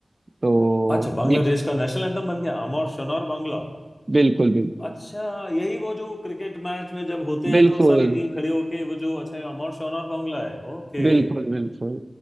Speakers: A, on the right; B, on the left.
A: तो
B: अच्छा बांग्लादेश
A: ये
B: का नेशनल एंथम बन गया अमर शनौर बांग्ला
A: बिल्कुल बिल्कुल
B: अच्छा यही वो जो क्रिकेट मैच में जब होते हैं
A: बिल्कुल
B: तो सारी टीम खड़ी होके वो जो अच्छा ये अमर शनौर बांग्ला है ओके
A: बिल्कुल बिल्कुल